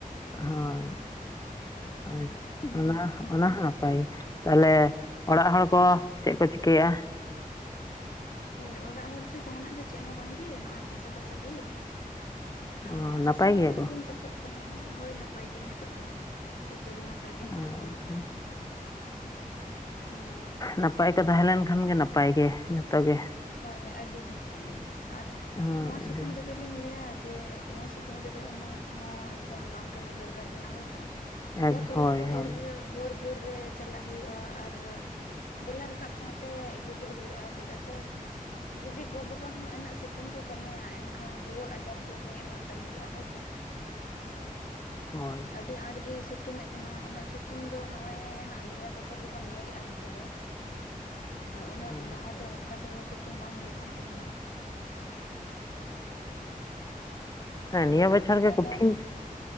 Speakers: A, on the left (about 25°); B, on the left (about 70°).
A: ᱦᱳᱭ ᱦᱳᱭ
B: ᱦᱩᱸ
A: ᱚᱱᱟ ᱚᱱᱟ ᱦᱚᱸ ᱱᱟᱯᱟᱭ ᱜᱮ, ᱛᱟᱦᱞᱮ ᱚᱲᱟᱜ ᱦᱚᱲ ᱠᱚ ᱪᱮᱫ ᱠᱚ ᱪᱤᱠᱟᱭᱟ? <unintelligible>
B: ᱦᱳᱭ ᱚᱲᱟᱜ ᱦᱚᱲ ᱫᱚ ᱡᱟᱦᱱᱟᱜ ᱫᱚ ᱪᱮᱫ ᱦᱚᱸ ᱵᱟᱝ ᱜᱮ, ᱱᱚᱜᱼᱚᱭ ᱪᱟᱥᱟ ᱵᱟᱥᱟ ᱜᱮ᱾ ᱟᱨ
A: ᱚ
B: ᱪᱟᱥᱟ-ᱵᱟᱥᱟ
A: ᱱᱟᱯᱟᱭ ᱜᱮᱭᱟ
B: ᱜᱮ
A: ᱠᱚ
B: ᱵᱚᱱ ᱪᱟᱥᱚᱜ ᱠᱟᱱᱟ᱾ ᱦᱳᱭ ᱱᱟᱯᱟᱭ ᱜᱮ ᱱᱤᱛᱚᱜ ᱫᱚ, ᱡᱚᱛᱚ ᱜᱮ ᱱᱟᱯᱟᱭ ᱜᱮ ᱢᱮᱱᱟᱜ
A: ᱚ
B: ᱠᱚᱣᱟ᱾
A: ᱟᱪᱪᱷᱟ
B: ᱦᱳᱭ!
A: ᱱᱟᱯᱟᱭ ᱠᱚ ᱛᱟᱦᱮᱸ ᱞᱮᱱ ᱠᱷᱟᱱ ᱜᱮ, ᱱᱟᱯᱟᱭ ᱜᱮ ᱡᱚᱛᱚ ᱜᱮ᱾
B: ᱦᱳᱭ! ᱟᱹᱰᱤ ᱵᱮᱥ, ᱟᱹᱰᱤ ᱵᱮᱥ ᱟᱨ
A: ᱦᱳᱭ
B: ᱱᱚᱣᱟ
A: ᱟᱹᱰᱤ
B: ᱥᱤᱛᱩᱝ ᱨᱮᱫ- ᱫᱚ ᱞᱤᱧ ᱞᱟᱹᱭᱟ ᱡᱮ ᱱᱤᱭᱟᱹ ᱥᱤᱛᱩᱝ ᱨᱮᱫᱚ ᱩᱱᱟᱹᱜ ᱦᱚᱸ ᱮᱠᱫᱚᱢ ᱵᱟᱝ ᱠᱟᱹᱢᱤ ᱫᱚᱨᱠᱟᱨ ᱠᱟᱱᱟ, ᱦᱳᱭ ᱥᱮ᱾
A: ᱮᱠ
B: ᱡᱟᱦᱟᱸ ᱛᱚᱞᱟ
A: ᱦᱳᱭ
B: ᱠᱚ
A: ᱦᱳᱭ
B: ᱮᱨ ᱵᱷᱳᱨ- ᱵᱷᱳᱨ ᱨᱮ ᱪᱟᱞᱟᱜ ᱦᱩᱭᱩᱜᱼᱟ ᱟᱨ ᱵᱮᱞᱟ ᱨᱟᱠᱟᱵ ᱥᱟᱶᱛᱮ ᱦᱤᱡᱩᱜ ᱦᱩᱭᱩᱜᱼᱟ, ᱪᱮᱫᱟᱜ ᱥᱮ ᱡᱩᱫᱤ ᱜᱚ-ᱵᱟᱵᱟ ᱦᱚᱸ ᱩᱱᱟᱹᱜ ᱥᱤᱛᱩᱝ ᱠᱚ ᱠᱟᱹᱢᱤᱭᱟ᱾ ᱮᱱᱠᱷᱟᱱ ᱨᱩᱣᱟᱹ ᱟᱡᱟᱨ ᱠᱚ ᱜᱚᱡ ᱮᱢᱟᱱ ᱛᱟᱱᱮᱡᱚᱜᱼᱟ, ᱦᱳᱭ ᱥᱮ᱾
A: ᱦᱳᱭ
B: ᱟᱹᱰᱤ ᱟᱸᱴ ᱜᱮ ᱥᱤ- ᱥᱤᱛᱩᱝ ᱮᱜ ᱠᱟᱱᱟ᱾ ᱩᱱᱟᱹᱜ ᱥᱤᱛᱩᱝ ᱫᱚ ᱱᱚᱜᱼᱚᱭ ᱦᱟᱸᱜ ᱱᱤᱭᱟᱹ ᱵᱚᱪᱷᱚᱨ ᱜᱮᱵᱚᱱ ᱧᱮᱞᱮᱜᱼᱟ, ᱱᱚᱛᱮ ᱫᱚ᱾ ᱩᱱᱟᱹᱜ
A: ᱦᱳᱭ
B: ᱞᱟᱦᱟ ᱫᱚ ᱚᱱᱠᱟ ᱫᱚ ᱥᱤᱛᱩᱝ ᱵᱟᱝ ᱦᱩᱭᱩᱜ ᱠᱟᱱ ᱛᱟᱦᱮᱸᱱᱟ᱾
A: ᱦᱮᱸ
B: ᱟᱫᱚ
A: ᱵᱚᱪᱷᱚᱨ
B: ᱱᱤᱭᱟᱹ
A: ᱜᱮ ᱠᱚᱴᱷᱤᱱ
B: ᱫᱷᱟᱣ